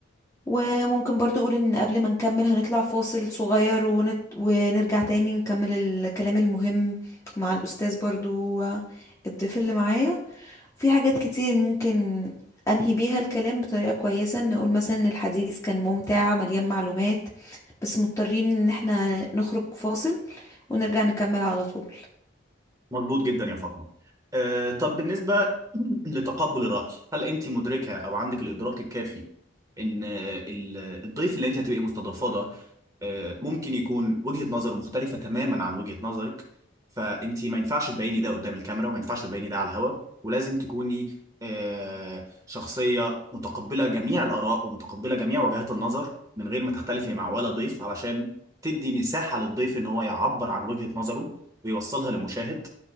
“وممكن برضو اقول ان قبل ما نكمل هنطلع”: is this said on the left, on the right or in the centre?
Left